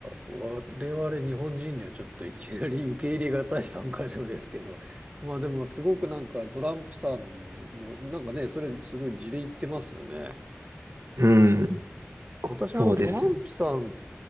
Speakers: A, on the right; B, on the right.
A: 我々日本人にはちょっといきなり受け入れがたい参加条ですけど、まあでもすごくなんかトランプさんのなんかね、それすごい事例言ってますよね。
B: うん。
A: 私はあのトランプさん、
B: そうですよね。